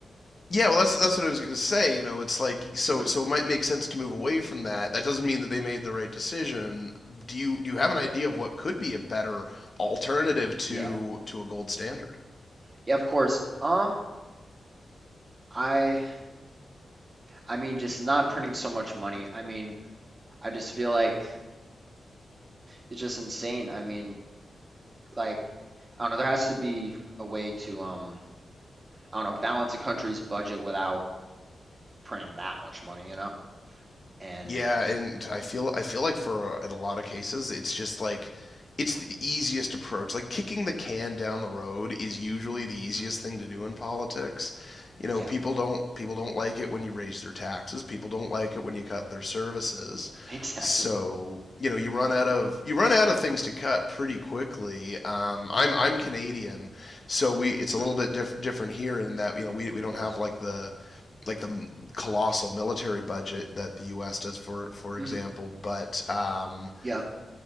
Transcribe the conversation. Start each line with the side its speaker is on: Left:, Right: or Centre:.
Left: Yeah, well, that's that's what I was going to say. You know, it's like so
Right: Mhm.
Left: so it might make sense to move away from that. That doesn't mean that they made the right decision. Do you do you have an
Right: Right.
Left: idea of what could be a better alternative to
Right: Yeah.
Left: to a gold standard?
Right: Yeah, of course. Um, I I mean just not printing so much money. I mean, I just feel like it's just insane. I mean, like, I don't know, there has to be a way to um I don't know, balance a country's budget without printing that much money, you know? And
Left: Yeah, and I feel I feel like for uh, in a lot of cases it's just like it's the easiest approach. Like kicking the can down the road is usually the easiest thing to do in politics. You know,
Right: yeah,
Left: people don't people don't like it when you raise their taxes. People don't like it when you cut their services.
Right: <laughs> exactly.
Left: So, you know, you run out of you run out of things to cut pretty quickly. Um, I'm I'm Canadian, so we it's
Right: <laughs>
Left: a little bit diff different here in that, you know, we we don't
Right: Of course.
Left: have like the like the colossal military budget that the U.S. does, for for
Right: hmm
Left: example. But um,
Right: Yep.